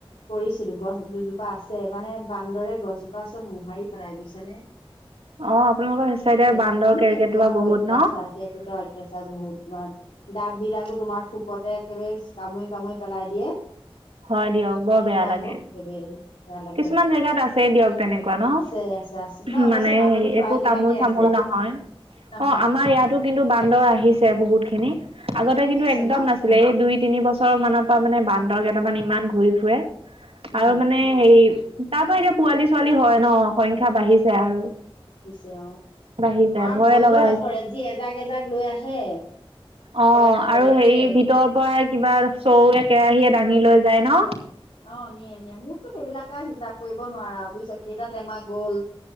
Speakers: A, on the left (about 85°); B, on the right (about 80°).
A: কৰিছিলো গছ দুজোপা আছে মানে বান্দৰে গছজোপা চব মোহাৰি পেলাই বুয়িছা নে।
B: অ', আপোনালোকৰ সেই চাইডে
A: এই
B: বান্দৰ কেৰ্কেটুৱা
A: একেবোৰ
B: বহুত
A: অত্যাচাৰকে
B: ন
A: এখেতৰ অত্যাচাৰ বহুত তোমাৰ। ডাপ বিলাকো তোমাৰ থুকতে একেবাৰে কামুৰি কামুৰি পেলাই দিয়ে।
B: হয় দিয়ক বৰ
A: চন্যাইও
B: বেয়া লাগে।
A: কেতিয়াবা বেয়া লাগে
B: কিছুমান জেগাত আছেই দিয়ক তেনেকুৱা ন উমহ
A: আছে আছে আছে ন অৱশ্যে
B: মানে
A: বান্দৰটো
B: হে
A: প্ৰায়
B: একো
A: জেগাতে
B: তামোল চামোল
A: আছে
B: নহয়,
A: নহয়
B: অঁ আমাৰ ইয়াতো কিন্তু বান্দৰ আহিছে বহুত খিনি আগতে কিন্তু
A: বাঢ়িছে
B: একদম
A: ন
B: নাছিলে এই দুই তিনি বছৰ মানৰ পা মানে বান্দৰ কেইটামান ইমান ঘূৰি ফুৰে।
A: উম
B: আৰু মানে এই তাৰ পৰা এতিয়া পোৱালি ছোৱালী হয় ন সংখ্যা বাঢ়িছে আৰু
A: তেওঁ
B: বাঢ়িছে
A: তোমাৰ
B: ভয়ে
A: ভয়ওঁ
B: লগা
A: নকৰে যি এজাক। এজাক লৈ আহে।
B: অঁ
A: ভয় নকৰে
B: আৰু
A: হেই
B: হেৰি ভিতৰৰ পৰা। কিবা। চৌৱে কেৰাহীয়ে দাঙি লৈ যায় ন
A: অঁ নিয়ে নিয়ে মোৰতো সেইবিলাক আৱ হিচাপ কৰিব নোৱাৰা বুয়িছা কেইটা টেমা গ'ল